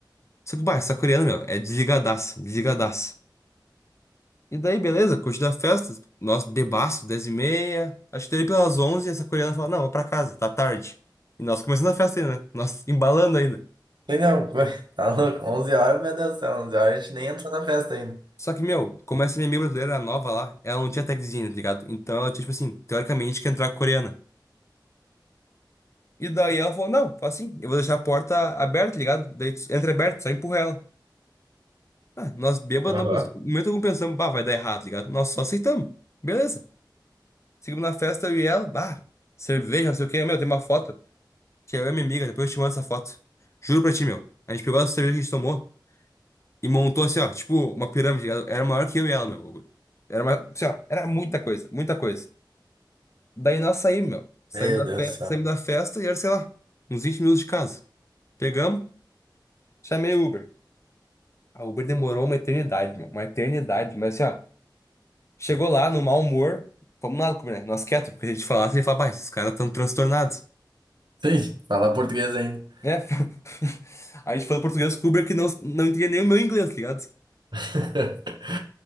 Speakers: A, on the left (about 35°); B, on the right (about 70°).
A: Só que, bah, essa coreana, meu, é desligadaça, desligadaça. E daí, beleza, curtindo a festa, nós bebaço, dez e meia. acho que daí pelas 11 essa coreana fala, não, vou pra casa, tá tarde. E nós começando a festa ainda, né? Nós embalando ainda.
B: Sei não, <laughs> tá louco. 11 horas, meu Deus do céu, 11 horas a gente nem entrou na festa ainda.
A: Só que, meu, como essa minha amiga brasileira era nova lá, ela não tinha tagzinho, tá ligado? Então ela tinha, tipo assim, teoricamente que entrar com a coreana. E daí ela falou, não, faz assim, eu vou deixar a porta aberta, tá ligado? Daí tu entra aberto, só empurra ela. Ah, nós bêbados,
B: Aham.
A: não, pens- no momento algum pensamos, bah, vai dar errado, tá ligado? Nós só aceitamos. Beleza. Seguimos na festa, eu e ela, bah, cerveja, não sei o quê. Meu, tem uma foto, que é eu e minha amiga, depois eu te mando essa foto. Juro pra ti, meu. A gente pegou essa cerveja que a gente tomou e montou assim, ó, tipo uma pirâmide, tá ligado? Era maior que eu e ela, meu. Era, uma, assim, ó, era muita coisa, muita coisa. Daí nós saímos, meu. Saímos
B: Meu
A: da,
B: Deus
A: fe...
B: do céu.
A: saímos da festa e era, sei lá, uns 20 minutos de casa. Pegamos, chamei o Uber. A Uber demorou uma eternidade, meu. Uma eternidade. Mas assim, ó, chegou lá no mau humor, fomos nada comer, né? Nós quietos, porque a gente falasse, ele falava, "Bah, esses caras estão transtornados.
B: Sim, falar português ainda.
A: É. <laughs> A gente falou português com o Uber que não, não entendia nem o meu inglês, tá ligado?
B: <laughs>